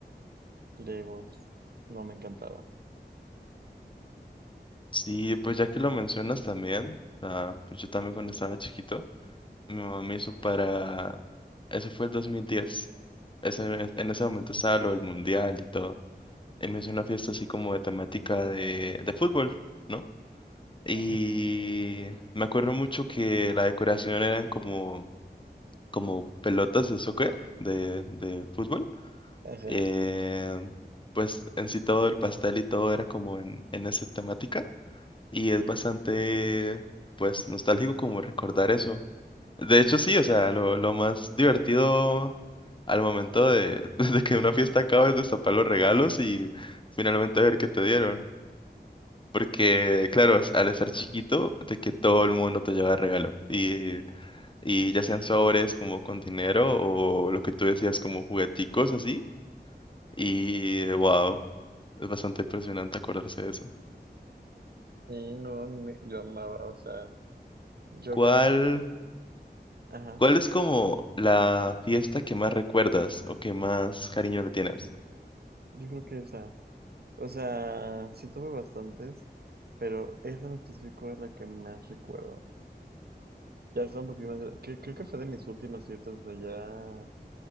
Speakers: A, on the right; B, on the left.
A: Legos, no, me encantaba.
B: Sí, pues ya que lo mencionas también, ah, pues yo también cuando estaba chiquito, mi mamá me hizo para... Ese fue el 2010. Ese, en ese momento estaba lo del mundial y todo. Y me hizo una fiesta así como de temática de, de fútbol, ¿no? Y
A: Ay,
B: me acuerdo mucho que la decoración eran como, como pelotas de soccer, de, de fútbol
A: Ajá.
B: Eh, pues en sí todo el pastel y todo era como en, en esa temática y es bastante, pues, nostálgico como recordar eso. De hecho, sí, o sea, lo, lo más divertido al momento de, <laughs> de que una fiesta acaba es destapar los regalos y finalmente ver qué te dieron. Porque, claro, es- al estar chiquito, de que todo el mundo te lleva regalo. Y, y ya sean sobres como con dinero o lo que tú decías como jugueticos así. Y wow, es bastante impresionante acordarse de eso.
A: Y no, me- yo amaba, o sea, yo
B: ¿Cuál,
A: cada año, ajá.
B: cuál es como la fiesta que más recuerdas o que más cariño le tienes?
A: Yo creo que esa. O sea, sí tuve bastantes, pero esa en específico es la que más recuerdo. Ya son un poquito más gra- Creo, creo que fue de mis últimas fiestas, o sea, ya